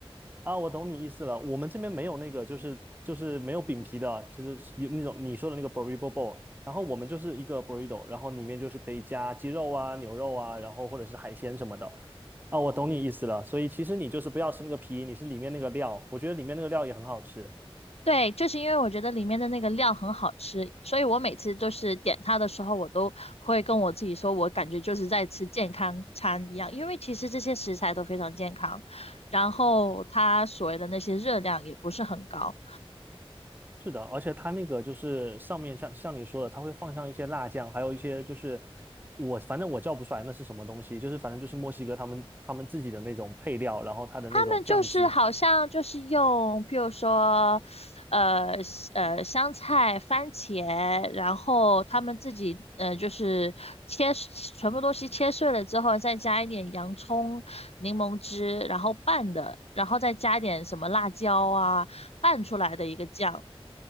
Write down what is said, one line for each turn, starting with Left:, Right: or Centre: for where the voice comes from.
Right: 啊，我懂你意思了。我们这边没有那个，就是就是没有饼皮的，就是有那种你说的那个 burrito bowl。然后我们就是一个 burrito，然后里面就是可以加鸡肉啊、牛肉啊，然后或者是海鲜什么的。啊，我懂你意思了。所以其实你就是不要吃那个皮，你是里面那个料。我觉得里面那个料也很好吃。
Left: 对，就是因为我觉得里面的那个料很好吃，所以我每次就是点它的时候，我都会跟我自己说，我感觉就是在吃健康餐一样，因为其实这些食材都非常健康，然后它所谓的那些热量也不是很高。
Right: 是的，而且它那个就是上面像像你说的，它会放上一些辣酱，还有一些就是我反正我叫不出来那是什么东西，就是反正就是墨西哥他们他们自己的那种配料，然后它的那种酱汁。
Left: 他们就是好像就是用，譬如说，呃香呃，香菜、番茄，然后他们自己呃就是切全部东西切碎了之后，再加一点洋葱、柠檬汁，然后拌的，然后再加点什么辣椒啊，拌出来的一个酱。